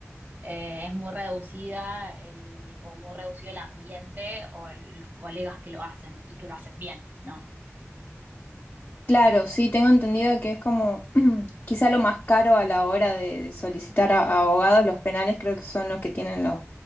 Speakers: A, on the right; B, on the left.
A: eh, es muy reducida el, o muy reducido el ambiente o el- los colegas que lo hacen y que lo hacen bien, ¿no?
B: Claro, sí, tengo entendido que es como <clears throat> quizá lo más caro a la hora de de solicitar a, a abogados, los penales creo que son los que tienen los